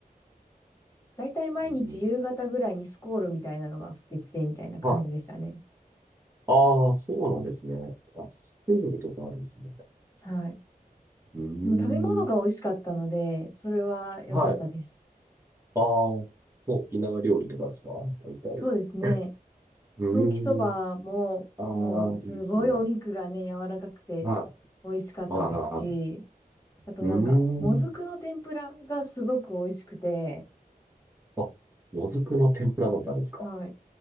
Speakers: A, on the left; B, on the right.
A: だいたい毎日夕方ぐらいにスコールみたいなのが降ってきて、
B: うん、
A: みたいな感じでしたね。
B: はい。ああ、そうなんですね。あ、スペーンとかあるんですね。
A: はい。
B: うー
A: でも食べ物が美味しかったので、
B: ん。
A: それは良かったです。
B: はい。ああ、もう沖縄料理とかですか大体。
A: そうですね。
B: <clears throat> うーん。
A: ソーキそばも、
B: あ
A: もうすごいお肉がね、
B: あ、いいですね。
A: 柔らかくて
B: は
A: 美味しかったですし、
B: い。はいはいはい。
A: あとなんか、
B: うー
A: もずくの天ぷらがすごく美味しくて、
B: ん。あ、もずくの天ぷらなんてあるんですか
A: はい。